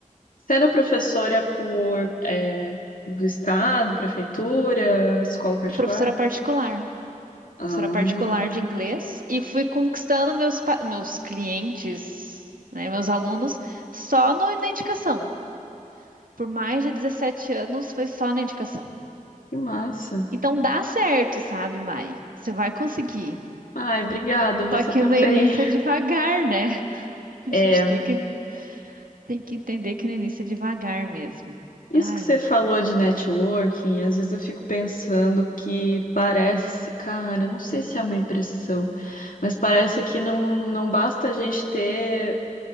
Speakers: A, on the left; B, on the right.
A: Você era professora por, é, do estado, prefeitura, escola particular?
B: Professora particular.
A: Ah,
B: professora particular de inglês e fui conquistando meus, pa- meus clientes, né, meus alunos, só no- na indicação. Por mais de 17 anos foi só na indicação.
A: que massa.
B: Então dá certo, sabe, Mai? Você vai conseguir.
A: Ai, obrigada, você
B: Só que
A: também.
B: no início é devagar, né? <laughs> A
A: É,
B: gente tem que, tem que entender que no início é devagar mesmo.
A: isso
B: Ai,
A: que você
B: mas.
A: falou de networking, às vezes eu fico pensando que parece, cara, eu não sei se é uma impressão, mas parece que não, não basta a gente ter